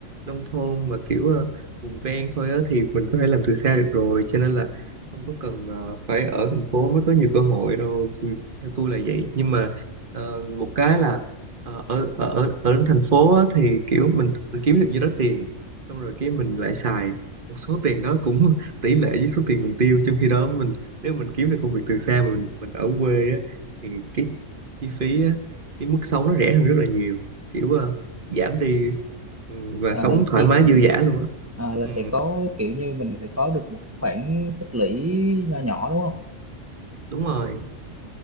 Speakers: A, on the right; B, on the right.
A: nông thôn mà kiểu ờ, vùng ven thôi á thì mình có thể làm từ xa được rồi cho nên là không có cần ờ, phải ở thành phố mới có nhiều cơ hội đâu Tôi- theo tôi là vậy nhưng mà ờ, một cái là ờ, ở ở ở ở thành phố á, thì kiểu mình mình kiếm được nhiêu đó tiền xong rồi cái mình lại xài một số tiền đó cũng <laughs> tỷ lệ với số tiền mình tiêu trong khi đó mình nếu mình kiếm được công việc từ xa mà mình mình ở quê á, thì cái chi phí á, cái mức sống nó rẻ hơn rất là nhiều kiểu ờ, giảm đi ừ, và
B: Ờ,
A: sống thoải
B: chi
A: mái dư
B: tiêu
A: dả luôn á
B: ờ, là
A: ừ,
B: sẽ có kiểu như mình sẽ có được một khoản tích lũy nho nhỏ đúng không
A: đúng rồi